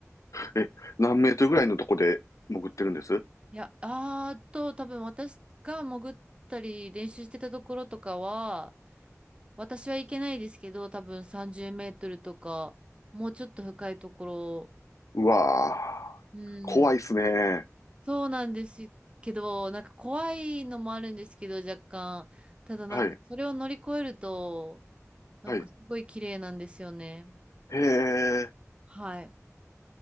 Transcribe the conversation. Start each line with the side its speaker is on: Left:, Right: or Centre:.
Left: え、何メートルぐらいのとこで潜ってるんです
Right: いや、あーっと、多分私が潜ったり練習してたところとかは、私は行けないですけど、多分30メートルとか、もうちょっと深いところ、
Left: うわー怖いっすね。
Right: うん、そうなんですけど、なんか怖いのもあるんですけど、若干。ただなんかそれを乗り越えると、
Left: はい、
Right: なんかすごい綺麗なんですよね。
Left: はい。へえ、
Right: はい。